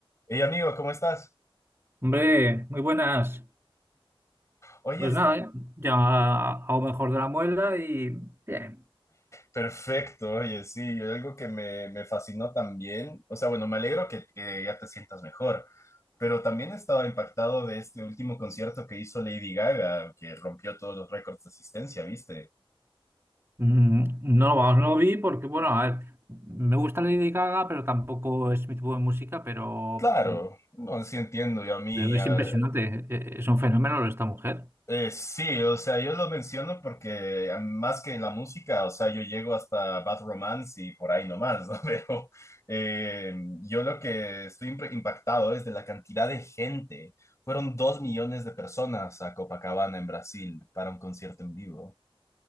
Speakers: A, on the left; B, on the right.
A: Hey amigo, ¿cómo estás?
B: Hombre, muy buenas.
A: Oye,
B: Pues
A: es-
B: nada, ¿eh? ya hago mejor de la muela y bien.
A: perfecto, oye, sí, algo que me, me fascinó también, o sea, bueno, me alegro que, que ya te sientas mejor, pero también estaba impactado de este último concierto que hizo Lady Gaga, que rompió todos los récords de asistencia, ¿viste?
B: Mm, No, vamos, no lo vi porque, bueno, a ver, me gusta Lady Gaga, pero tampoco es mi tipo de música, pero,
A: Claro,
B: mm,
A: no, sí entiendo, yo a mí,
B: pero es
A: ah,
B: impresionante. Eh, Es un fenómeno lo de esta mujer.
A: Eh, sí, o sea, yo lo menciono porque eh, más que la música, o sea, yo llego hasta Bad Romance y por ahí nomás, ¿no? <laughs> Pero eh, yo lo que estoy imp- impactado es de la cantidad de gente. Fueron dos millones de personas a Copacabana en Brasil para un concierto en vivo.